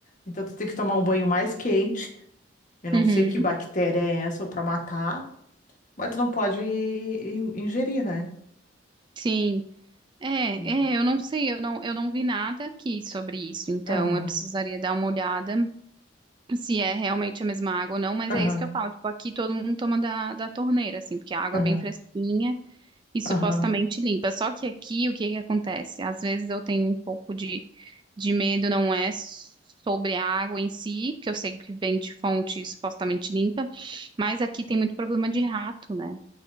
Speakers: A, on the left; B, on the right.
A: então tu tem que tomar um banho mais quente Eu não
B: Uhum.
A: sei que bactéria é essa ou pra matar, mas tu não pode in- ingerir, né?
B: Sim. É,
A: Hum.
B: é, eu não sei, eu não, eu não vi nada aqui sobre isso, então
A: Aham,
B: eu precisaria dar uma olhada. se é realmente a mesma água ou não, mas
A: aham,
B: é isso que eu falo. Tipo, aqui todo mundo toma da, da torneira, assim, porque a água
A: aham,
B: é bem fresquinha e supostamente
A: aham.
B: limpa. Só que aqui, o que que acontece? Às vezes eu tenho um pouco de, de medo, não é sobre a água em si, que eu sei que vem de fonte supostamente limpa, mas aqui tem muito problema de rato, né?